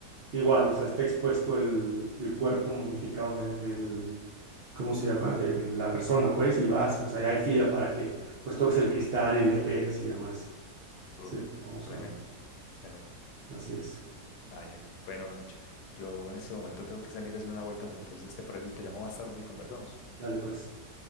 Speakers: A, on the right; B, on the left.
A: Igual, o sea,
B: Mm,
A: está expuesto el, el cuerpo momificado de- del, ¿cómo se llama? De la persona, pues, y vas, o sea, ya hay fila para que, pues, toques el cristal y le reces y demás.
B: uh,
A: Sí, vamos,
B: tremendo, tremendo.
A: así es.
B: Ah, ya. Bueno, Nacho, yo en este momento tengo que salir a hacer una vuelta, pero entonces, ¿te parece si te llamo más tarde y conversamos?
A: Dale, pues,